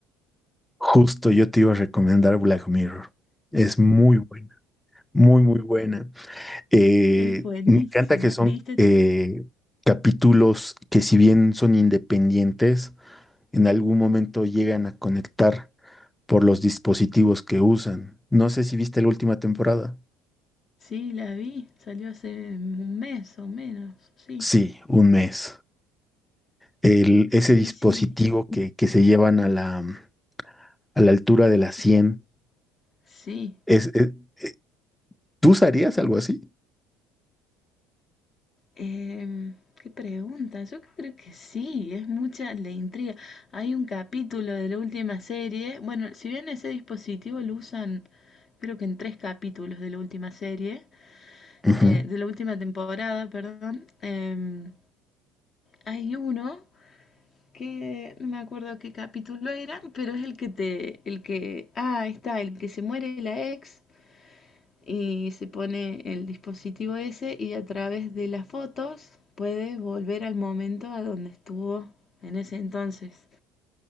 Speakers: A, in the centre; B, on the left.
A: justo yo te iba a recomendar Black Mirror. Es muy buena, muy, muy buena. Eh,
B: Es buenísima.
A: me encanta que son
B: ¿Viste?
A: eh, capítulos que si bien son independientes, en algún momento llegan a conectar por los dispositivos que usan. No sé si viste la última temporada.
B: Sí, la vi. Salió hace un mes o menos. Sí,
A: Sí, un mes. El, ese
B: sí,
A: dispositivo
B: sí.
A: que, que se llevan a la, a la altura de la
B: que
A: 100.
B: se- Sí.
A: Es, es- eh, ¿tú usarías algo así?
B: Em, ¿qué pregunta? Yo creo que sí. Es mucha la intriga. Hay un capítulo de la última serie. Bueno, si bien ese dispositivo lo usan, creo que en tres capítulos de la última serie,
A: Ujú.
B: eh, de la última temporada, perdón. em, hay uno. que no me acuerdo qué capítulo eran, pero es el que te, el que, ah, ahí está, el que se muere la ex y se pone el dispositivo ese y a través de las fotos puede volver al momento a donde estuvo en ese entonces.